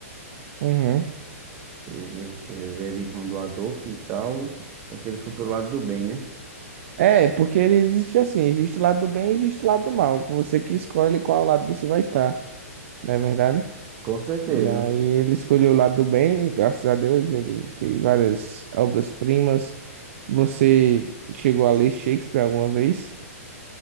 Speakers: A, on the right; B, on the right.
A: Uhum.
B: Ele, ele era irmão do Adolf e tal. Só que ele foi pelo lado do bem, né?
A: É, porque ele existe assim, existe o lado do bem e existe o lado do mal. Você que escolhe qual lado você vai estar, não é verdade?
B: Com certeza.
A: E aí ele escolheu o lado do bem, e graças a Deus ele fez várias obras-primas. Você chegou a ler Shakespeare alguma vez?